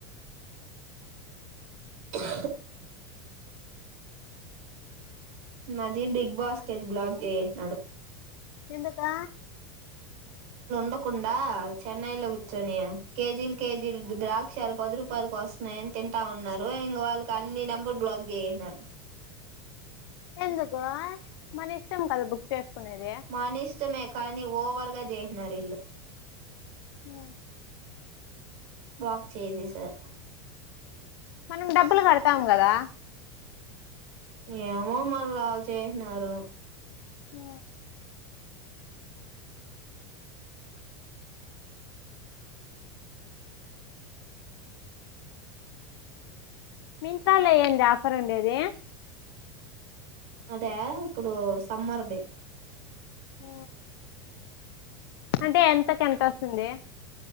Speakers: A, on the right; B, on the left.
A: <inaudible> నాది బిగ్ బాస్కెట్ బ్లాక్ చేసేసినాడు
B: ఎందుకు
A: మకుండా చెన్నై లో కూర్చొని కేజీలు కేజీల్ ద్రా క్షాలు పది రూపాయకి వస్తున్నాయని తింటా ఉన్నారు ఇంకా వాళ్ళకి అన్ని నెంబర్ బ్లాక్ చేసేసినారు
B: ఎందుకు మన ఇష్టం కదా బుక్ చేసుకునేది
A: మన ఇష్టమే కానీ ఓవర్ గా చేహినారీళ్లు
B: మ్
A: బ్లాక్ చేసేసారు
B: మనం డబ్బులు కడతాం కదా
A: ఏమో మళ్ళల్ చేహినారు
B: అ మింత్రలో ఎందే ఆఫర్ ఉండేది
A: అదా ఇప్పుడు సమ్మర్ది
B: మ్ అంటే ఎంతకెంతోస్తుంది